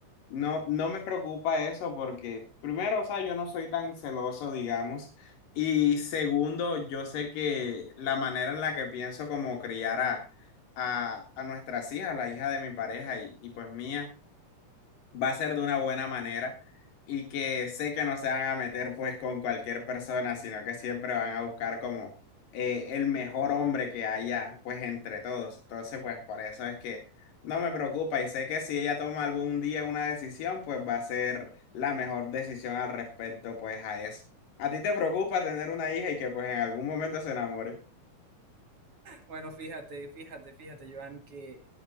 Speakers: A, on the left (about 85°); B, on the right (about 45°).
A: no, no me preocupa eso porque, primero, o sea, yo no soy tan celoso, digamos. Y segundo, yo sé que la manera en la que pienso como criar a, a, a nuestras hijas, la hija de mi pareja y, y pues mía va a ser de una buena manera y que sé que no se van a meter pues con cualquier persona, sino que siempre van a buscar como eh, el mejor hombre que haya pues entre todos. Entonces pues por eso es que no me preocupa y sé que si ella toma algún día una decisión pues va a ser la mejor decisión al respecto pues a eso. ¿A ti te preocupa tener una hija y que pues en algún momento se enamore?
B: Bueno, fíjate, fíjate, fíjate, Joan, que